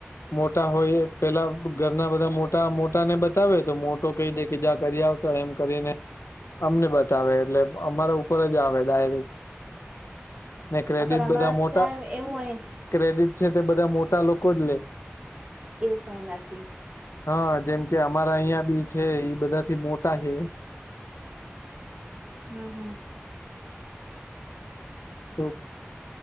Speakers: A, on the left (about 85°); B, on the right (about 30°).
A: મોટા હોય એ પેલા ઘરના બધા મોટા મોટાને બતાવે તો મોટો કઈ દે કે જા કરી આવ તો એમ કરીને અમને બતાવે એટલે અમારા ઉપર જ આવે ડાયરેક. ને ક્રેડિટ
B: પર અમારે
A: બધા મોટા,
B: ત્યાં એવું હોય
A: ક્રેડિટ છે તે બધા મોટા લોકો જ લે.
B: એવું કઈ નથી.
A: હા જેમ કે અમારા અહિયાં બી છે એ બધાથી મોટા છે.
B: હમ હમ.
A: તો